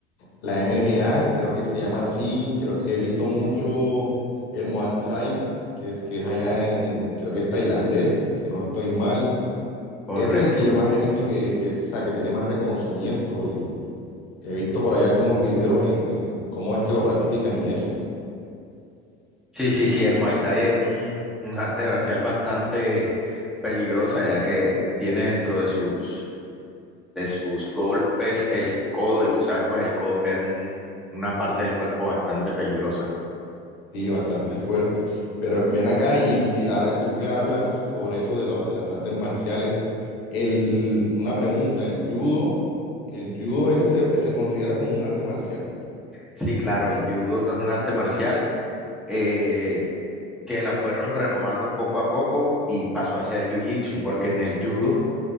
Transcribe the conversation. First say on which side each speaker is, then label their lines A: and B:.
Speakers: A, on the left (about 75°); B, in the centre.
A: La MMA, creo que se llama así, creo, he visto mucho el Muay Thai, que es, que es allá en, en- creo que es tailandés, si no estoy mal.
B: Correcto.
A: Ese es el que yo más he visto que, que, o sea, que tiene más reconocimiento y he visto por ahí algunos videos en, en cómo es que lo practican y eso.
B: Sí, sí, sí, el Muay Thai es un, un arte marcial bastante peligrosa, ya que tiene dentro de sus, de sus golpes el codo, y tú sabes, pues el codo que es un- una parte del cuerpo bastante peligrosa.
A: Sí, bastante fuerte. Pero ven acá y, y ahora tú que hablas sobre eso de, lo- de las artes marciales, el, una pregunta, el judo, el judo, eso se, se considera como un arte marcial.
B: Sí, claro, el judo es un arte marcial eh, que la fueron renovando poco a poco y pasó a ser jiu-jitsu, porque en el judo,